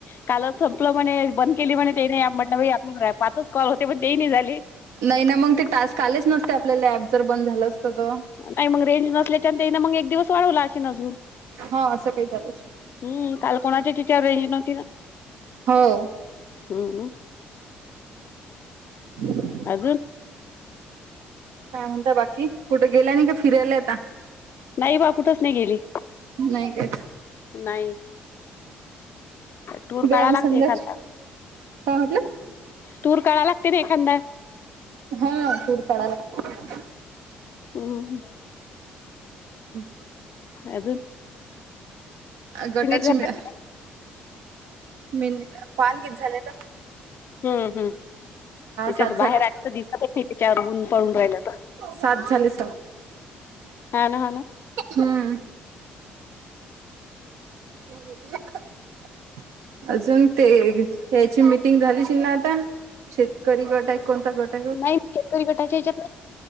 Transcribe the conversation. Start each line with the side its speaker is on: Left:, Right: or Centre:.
Left: कालच संपलं म्हणे बंद केली म्हणणे ते नाही म्हणलं आपल्या पाच कॉल होते पण ते नाही झाले
Right: नाही ना मग ते टास्क आलेच नसते आपल्याला ऍप जर बंद झालं असतं तर.
Left: नाही मग रेंज नसल्याच्यान त्याना मग एक दिवस वाढवला अशी अजून.
Right: हा असं काही झालं असेल.
Left: हम्म काल कोणाच्या टिचवर रेंज नव्हती ना.
Right: हो.
Left: हम ह.
Right: <unintelligible>
Left: अजून
Right: काय म्हणता बाकी कुठे गेल्या नाही का फिरायला आता.
Left: नाही बा कुठंच नाही गेली.
Right: नाही काच
Left: नाही. टूर
Right: ग्राम
Left: कढा लागते
Right: संघाची
Left: एखादा.
Right: काय म्हटलं
Left: तूर कराय लागते ना एखादा.
Right: हा टुर काढा लागते.
Left: हम!
Right: हम्.
Left: अजुन.
Right: गटाची
Left: झाले
Right: मिळ मिल्क. पान किती झालेल.
Left: हम्म हम् त्याच्यात
Right: सात
Left: बाहेर
Right: झाले
Left: आच दिसतच नाही त्याच्यावरन पळून राहिलं तर.
Right: सात झाली सात
Left: हा ना हा ना
Right: हम्. <unintelligible> अजून ते याची मिटिंग झालीशि ना आता. शेतकरी गट आहे कोणता गट.
Left: नाही शेतकरी गटाच्या ह्याच्यात